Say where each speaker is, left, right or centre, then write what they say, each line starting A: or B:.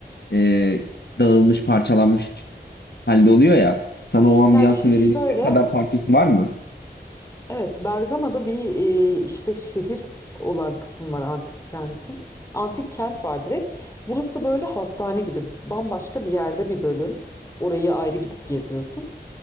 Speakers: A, on the left (about 70°); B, on the left (about 15°).
A: e, dağılmış, parçalanmış halde oluyor ya. Sana o ambiyansı
B: yani şimdi
A: verebilecek
B: şöyle
A: kadar parçası var mı?
B: evet Bergama'da bir e, işte şehir olan kısım var antik kentin. Antik kent var direkt. Burası böyle hastane gibi bambaşka bir yerde bir bölüm. Orayı ayrı gidip geziyorsun.